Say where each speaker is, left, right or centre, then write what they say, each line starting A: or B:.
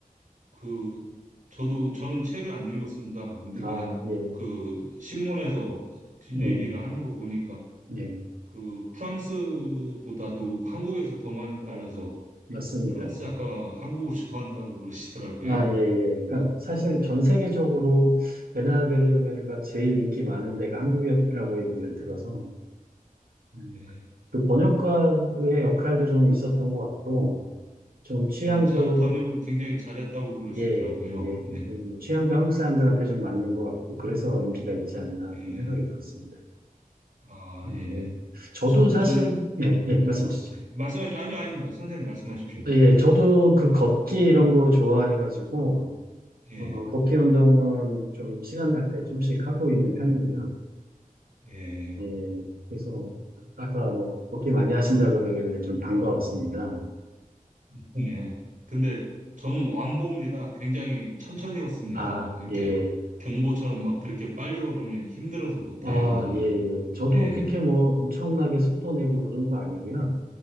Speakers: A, on the right; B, on the right.
A: 그 저도 저는 책을 안 읽었습니다. 근데
B: 아,
A: 그냥
B: 예,
A: 그 신문에서 뒷얘기를
B: 음,
A: 하는 거 보니까
B: 예,
A: 그 프랑스보다도 한국에서 더 많이 팔려서
B: 어, 맞습니다.
A: 프랑스 작가가 한국을 <laughs> 좋아한다고 그러시더라고요.
B: 아, 예, 예. 그러니까 사실 전 세계적으로 베르나베르베르가 제일 인기 많은 데가 한국이라고 얘기를 들어서 음,
A: 예,
B: 그 번역가의 역할도 좀 있었던 것 같고 좀 취향도
A: 예, 잘 번역을 굉장히 잘했다고 그러시더라고요.
B: 예, 예,
A: 네,
B: 음, 뭐 취향도 한국 사람들한테 좀 맞는 것 같고 그래서 인기가 있지 않나
A: 예.
B: 하는 생각이 들었습니다.
A: 아,
B: 음,
A: 예.
B: 예. 저도
A: 전,
B: 사실
A: 저는,
B: 예, 예, 말씀하시죠.
A: 말씀하십시오. 아니, 아닙니다. 선생님 말씀하십시오.
B: 예,
A: 네.
B: 저도 그 걷기 이런 거 좋아해가지고.
A: 예,
B: 어, 걷기 운동은 좀 시간 날 때 좀씩 하고 있는 편이고요.
A: 예,
B: 예, 그래서 아까 뭐 걷기 많이 하신다 그러길래 좀 반가웠습니다.
A: <laughs> 예. 근데 저는 완보입니다. 굉장히 천천히 걷습니다.
B: 아,
A: 이렇게
B: 예.
A: 경보처럼 막 그렇게 빨리 걸으면 힘들어서 못해요,
B: 아,
A: 저는.
B: 예, 예. 저도
A: 예,
B: 그렇게 뭐 엄청나게 속도 내고 그런 거 아니고요.